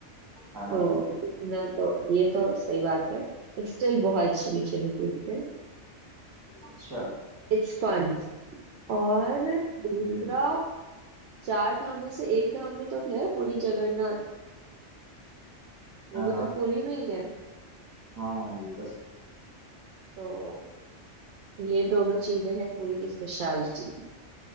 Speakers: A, on the right (about 15°); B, on the right (about 65°).
A: हाँ हाँ
B: तो इतना तो ये तो सही बात है बट स्टिल बहुत अच्छी बीचेस है पूरी के
A: अच्छा
B: It's fun और दूसरा
A: ओके
B: चार धाम में से एक धाम भी तो है पूरी जगन्नाथ वो
A: हाँ
B: भी
A: हाँ
B: तो पुरी में ही है
A: हाँ ये तो
B: तो ये दोनों चीजें हैं पुरी की स्पेशलिटी